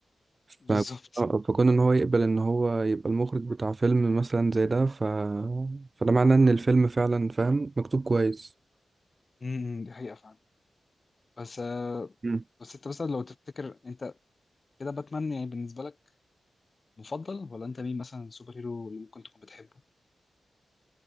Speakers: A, on the right (about 30°); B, on the left (about 30°).
A: ف...
B: بالظبط
A: آه، فكون ان هو يقبل ان هو يبقى المخرج بتاع فيلم مثلا زي ده ف... فده معناه ان الفيلم فعلا فاهم مكتوب كويس
B: امم دي حقيقة فعلا بس آه،
A: مم.
B: بس انت مثلا لو تفتكر انت كده باتمان يعني بالنسبة لك مفضل ولا انت مين مثلا سوبر هيرو اللي ممكن تكون بتحبه